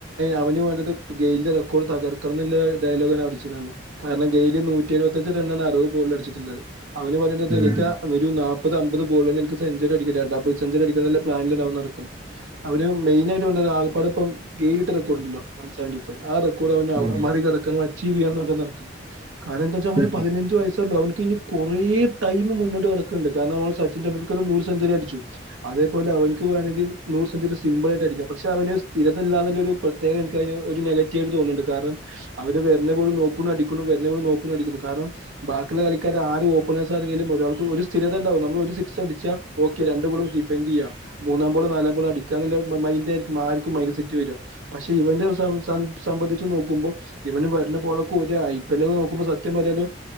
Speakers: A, on the right (about 80°); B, on the right (about 20°).
A: അവന് വത് ഗെ റെക്കോർഡ് തകർക്കുന്നില്ല ഡയലോഗ്ണ്ണ് അഠിച്ചന്ന് കാരണം ഗയില് നൂറ്റി എുപത്തഞ്ച് റണ്ണണ് അറുപത്വ ഗോളിൽ അടിച്ചിട്ടുള്ളത് അവന് പറയ
B: ഉം
A: എനിക്ക് ഒരു നാപ്പത് അമ്പത് <unintelligible> നെൻക് സെഞ്ചറി അടികല് ഡബിൾ സെഞ്ചറി അടിക്കുന്നെന്നെ പ്ലാനില് നടക്കുന്നെ അവര് മെയ്ന്നായിട്ട് പറഞ്ഞേ ആകപ്പാടെ എപ്പം ഗേലിട്ട് റെക്കോർട്ണ്ടല്ലോ ഹംസെവെന്റി ഫൈവ് ആ റെ കുടെ മുന്നാഉ
B: ഉം
A: അ മറികടക്കണം അച്ചീവ് ചെയ്യനട കാരണം എന്താച്ചാൽ അവന്
B: ഉം.
A: പതിനഞ്ച വയസല്ല അവ ട്ടിനി കുറേ ടൈമ് മുന്നോട്ട് പോവാ നിക്ണ്ട് കര്ണ മ്മ സച്ചിൻ ടെുൽക്കർ നൂറ് സെഞ്ചറി അടിച്ചു അതേപൊലെ അവൽക് വേണെങ്കി നൂ സെന്ഞ്ച സിമ്പിൾ ആയിട്ടടിക്കാ പക്ഷെ അവന് സ്ഥിരതല്ലാതൊരു പ്രത്യേകൻക്കയ്ന് ഒരു നെഗറ്റീവ് എയ് തോന്ന്ണ്ട് കാരണം അവര് വരുന്ന പോൽ നോകുണു അടികുണു വരുന്ന പോൽ നോക്ണു അടികുണു കാരണം ബാക്കിയുള്ള കളിക്കാര് ആര് ഓപ്പണേസ് ആണെങ്കില് രാൾക്ക് ഒരു സ്ഥിരത ണ്ടാവ നമ്മള് രു സിക്സ് അടിച്ച ഓകെ രണ്ട്ബോള് സിഫൈന്റെയ്യാ മൂന്നാം ബോളും നാലാംബോളും അടിക്ക അതെല്ലേ മ മൈൻഡായിരിക്കും ആർക്കും മൈനസിറ്റി വെര പക്ഷെ ഇവന്റെ സം സം സംബന്ധിച്ച് നോക്കുമ്പോ ഇവന് വര്ന്ന പോലൊക്കെ ഒരു ഐ പി എൽ നോക്കുമ്പോ സത്യം പറയാലോ